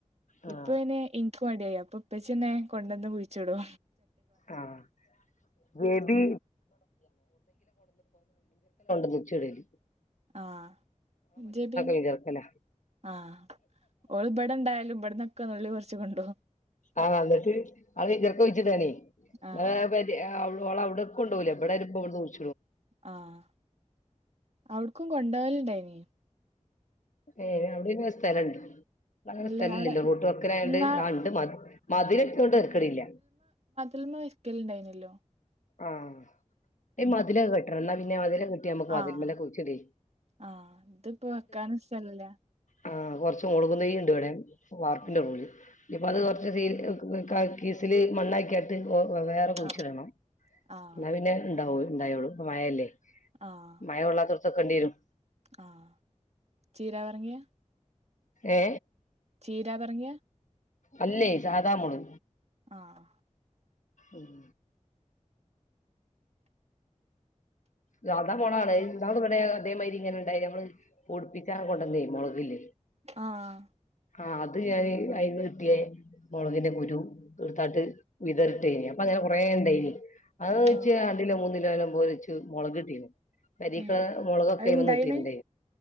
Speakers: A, on the left; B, on the right.
A: ആ
B: ഇപ്പൊ ഇന് ഇൻക് മടിയായി അപ്പൊ ഇപ്പച്ചിന്നെ കൊണ്ടന്ന് കുഴിച്ചുടോ
A: ആഹ് വേബി <unintelligible>
B: ആഹ് ന്റെ ബിൻ
A: മിഞ്ചർക്കല
B: ആഹ് ഓള്ബടെണ്ടായാലും ഇവട്ന്നൊക്കെ നുള്ളിപ്പറിച്ചുകൊണ്ടോവും
A: ആഹ് എന്നിട്ട് അവള് <unintelligible> കുഴിച്ചിടാന് <unintelligible>
B: ആഹ്
A: ഓളവ്ടകൊണ്ടോ ഊല ബടെ ഒരു <unintelligible>
B: ആഹ അവിട്ക്കും കൊണ്ടോവൽണ്ടായിനി
A: ഏ അവിടെന്നെ സ്ഥലണ്ടോ വളരെ
B: അല്ല
A: സ്ഥ ഇല്ല
B: അവിടെ
A: ല്ലോ റൂട്ട് വക്നായോണ്ട്
B: ഇന്നാ
A: ആ ണ്ട് മദിലെട്ട്യോണ്ട് ര്ക്കടില്ല
B: ൽന്നൊര്ക്കൽ ഉണ്ടായിനല്ലോ
A: ആഹ ഇ മദിലെകെ കെട്ടണം ന്നാ പിന്നെ അതിര് ട്ട്യാ മ്മക്ക് മതിൽമലൊക്കെ
B: ആഹ്
A: കുഴിച്ചിടെ
B: ആഹ് ഇതിപ്പോ വെക്കാനും സ്ഥലല്ല
A: ആ കൊർച്ച് മുളുകുതൈണ്ട് ഇവടെ വാർപ്പിന്റെറൂൽ
B: ഏഹ്
A: ഇപ്പ അത്
B: ഏഹ്
A: കൊർച്ച് സീ വെൽകഹ്‌ കീസില് മണ്ണാക്ക്യാട്ട് ഒ വെവേറെ കുഴിച്ചിടണം
B: ആഹ് ആഹ്
A: ന്നാ പിന്നെ ഉണ്ടാവു ണ്ടായോളു പ മഴല്ലേ
B: ആഹ്
A: മഴ കൊള്ളാതോട്ത്തെക്കെണ്ടിരും
B: ആഹ് ചീര പറങ്ക്യ
A: ഏ
B: ചീരാ പർങ്ക്യ
A: അല്ലേ സാധാ മൊള്
B: ആഹ്
A: ഉം സാതാ മൊളാണ് നമ്മള് ഇവിടെ അതേമായിരി ഇങ്ങനെ ഉണ്ടായി നമ്മള് പൊടിപ്പിച്ചാ കൊണ്ടന്നേ മുളകില്ലേ
B: ആഹ
A: ആഹ് അത് ഞാൻ അയിന്ന് കിട്ടിയ മുളകിന്റെ കുരു തീർത്തായിട്ട് വിതറിട്ട കഴിഞ്ഞ - കുറെേ ഉണ്ടന് അത് വെച്ച്
B: ആഹ്
A: രണ്ടിലോ മൂന്നിലോ അല്ലല വെച്ച് മുളക് ഇട- കരിക്ക
B: ഏഹ്
A: മുളകൊക്കെ
B: അത്
A: ഇ
B: ഇണ്ടായിണ്
A: വന്ന് കിട്ടിട്ടുണ്ട